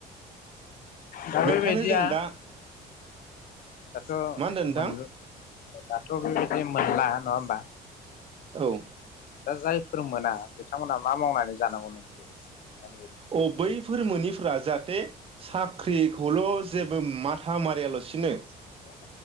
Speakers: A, on the left (about 55°); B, on the right (about 35°).
A: दा बेबायदिया
B: बेखायनो जों दा
A: दाथ'
B: मा होनदों नोंथां
A: मोन दाथ' बे गेम मोनला नङा होमबा?
B: औ
A: दा जायफोर मोना, बिथांमोना मा मावनानै जानांगौ नोंनि बायदिबा? नोंथांनि बायदि
B: अ बैफोर मोनिफोरा जा बेे साख्रिखौल' जेबो माथा मारियाल'सिनो।
A: <unintelligible>